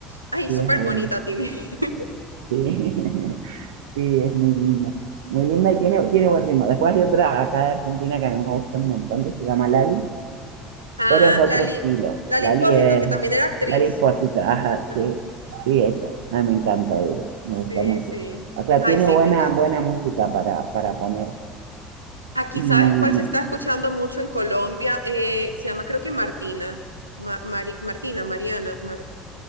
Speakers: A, on the right (about 85°); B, on the right (about 65°).
A: Ay,
B: sí,
A: súper
B: es bueno.
A: bonita, Tini. <laughs>
B: Sí, <laughs> sí, es muy linda. Muy linda y tiene, tiene buen ritmo. Después hay otra acá de Argentina que a mí me gusta un montón, que se llama Lali,
A: Ah,
B: pero es otro
A: Lali,
B: estilo.
A: Lali
B: Lali
A: Espósito,
B: es,
A: que también era actriz.
B: Lali Espósito, ajá,
A: Ah,
B: sí, sí, eso. A mí me encanta ella, me
A: Sí,
B: gusta mucho.
A: sí.
B: O sea,
A: Ay,
B: tiene
A: sí,
B: buena,
A: me encanta.
B: buena música para, para poner.
A: Aquí,
B: Y me-
A: ¿sabes cuál se está escuchando mucho en Colombia? Eh, se llama creo que Martina, Ma- Mari- Martina, Mariana, Mar-